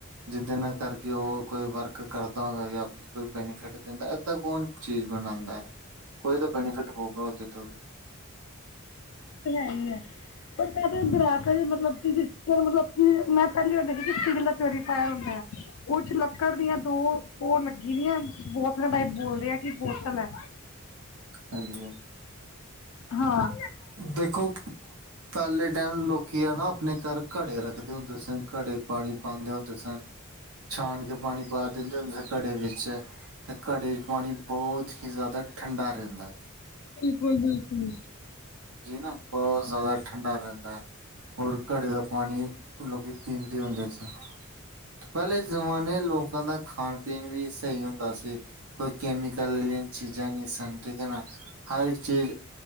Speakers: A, on the right (about 85°); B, on the left (about 70°).
A: ਜਿਦੇ ਨਾਲ ਕਰਕੇ ਉਹ ਕੋਈ ਵਰਕ ਕਰਦਾ ਹੋਏਗਾ। ਕੋਈ ਬੈਨੀਫਿਟ ਦਿੰਦਾ ਏਦਾਂ ਕੌਣ ਚੀਜ਼ ਬਣਾਉਂਦਾ। ਕੋਈ ਤਾਂ ਬੈਨੀਫਿਟ ਹੋਊਗਾ ਉਦੇ ਤੋਂ ਵੀ,
B: ਤੇ ਹੈ ਹੀ ਐ, ਪਰ ਮੈਂ ਤੇ ਬਰਾਕ ਹੀ ਮਤਲਬ ਕਿ ਜੀ ਫਿਰ ਮਤਲਬ ਕਿ ਮੈਂ ਪਹਿਲੀ ਵਾਰ ਦੇਖਿਆ ਕਿ ਸਟੀਲ ਪਿਓਰੀਫਾਇਰ ਹੁੰਦਾ ਆ। ਉਹ, ਚ ਲੱਕੜ ਦੀਆਂ ਦੋ ਪੋਰ ਲੱਗੀ ਦੀਆਂ ਬੋਤਲਾਂ ਟਾਈਪ ਬੋਲਦੇ ਆ ਕਿ ਬੋਤਲ ਹੈ।
A: ਹਾਂਜੀ।
B: ਹਾਂ।
A: ਦੇਖੋ ਪਹਿਲੇ ਟਾਈਮ ਲੋਕੀ ਆ ਨਾ ਆਪਣੇ ਘਰ ਘੜੇ ਰੱਖਦੇ ਹੁੰਦੇ ਸੀ ਘੜੇ। ਪਾਣੀ ਪਾਉਂਦੇ ਹੁੰਦੇ ਸਨ। ਛਾਨ ਕੇ ਪਾਣੀ ਪਾ ਦਿੰਦੇ ਹੁੰਦੇ ਘੜੇ ਵਿੱਚ। ਤੇ ਘੜੇ 'ਚ ਪਾਣੀ ਬਹੁਤ ਹੀ ਜ਼ਿਆਦਾ ਠੰਡਾ ਰਹਿੰਦਾ।
B: ਬਿਲਕੁਲ ਬਿਲਕੁਲ।
A: ਜੀ ਨਾ ਬਹੁਤ ਜ਼ਿਆਦਾ ਠੰਡਾ ਰਹਿੰਦਾ ਹੈ। ਔਰ ਘੜੇ ਦਾ ਪਾਣੀ ਲੋਕੀ ਪੀਂਦੇ ਹੁੰਦੇ ਸਨ। ਪਹਿਲੇ ਜ਼ਮਾਨੇ ਲੋਕਾਂ ਦਾ ਖਾਣ ਪੀਣ ਵੀ ਸਹੀ ਹੁੰਦਾ ਸੀ। ਕੋਈ ਕੈਮਕਲ ਅਲਿਆਂ ਚੀਜ਼ਾਂ ਨੀ ਸਨ ਠੀਕ ਅ ਨਾ, ਹਰ ਇੱਕ ਚੀਜ਼